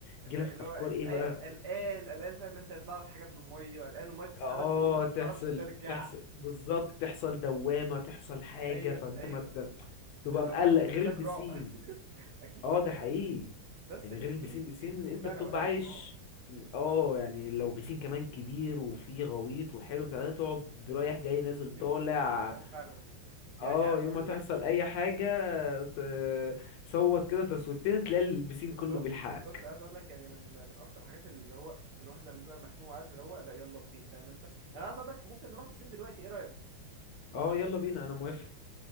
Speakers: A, on the right; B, on the left.
A: اللي
B: يجي لك افكار
A: هو انت
B: ايه
A: ايوه
B: بقى
A: قلقان قلقان فاهم انت هيطلع لك حاجه في الميه قلقان الميه تسحبك
B: اه
A: لجوه خلاص
B: تحصل
A: ما تعرفش ترجع
B: تحصل بالظبط تحصل دوامة تحصل حاجة
A: ايوه
B: فانت
A: ايوه
B: ما ت- تبقى
A: الدوامات
B: مقلق
A: دي خلي
B: غير
A: بالك
B: البسين
A: رعب <laughs> اكيد
B: اه
A: طبعا
B: ده حقيقي
A: بس
B: يعني
A: البسين
B: غير البسين بسين
A: البسين
B: انت
A: بقى
B: بتبقى
A: روقان
B: عايش
A: اه
B: اه يعني لو بسين كمان كبير وفيه غويط وحلو
A: اه
B: بتاع ده تقعد رايح
A: ال-
B: جاي نازل
A: البسين
B: طالع
A: البسين روقان فعلا يعني
B: اه
A: عايز
B: يوم
A: اقول
B: ما تحصل
A: لك
B: اي حاجة ت- صوت كده تصويتين تلاقي البسين
A: بالظبط
B: كله بيلحقك
A: بالظبط عايز اقول لك يعني من من اكتر الحاجات اللي هو الواحد لما بيبقى مخنوق عايز يروق لا يلا بسين فاهم انت انا عايز اقول لك ممكن نروح بسين دلوقتي ايه رايك
B: اه يلا بينا انا موافق